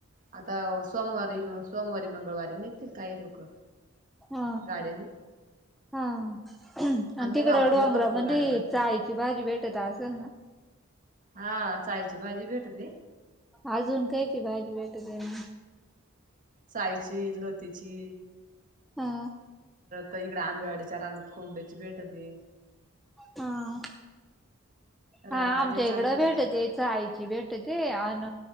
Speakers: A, on the right; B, in the centre.
A: आता सोमवारी, सोमवारी मंगळवारी निघतील काही लोक.
B: हा.
A: गाड्यानी
B: हा अनं
A: आमच्या
B: तिकडे
A: गावातूनही
B: डोंगरामदि
A: भरपूर गाड्या जातात.
B: चाईची भाजी भेटत असेल ना?
A: हा चाईची भाजी भेटती.
B: अजून काईची भाजी भेटती मग?
A: साचायची, लुतेची.
B: हा.
A: तर इकडे आंबेवाडीच्या रानात कोंब्याड्याची भेटती.
B: हा. हा
A: रानभाज्या
B: आमच्या
A: चांगल्या
B: इकडं भेटती
A: राहतात.
B: चाई. भेटती अन,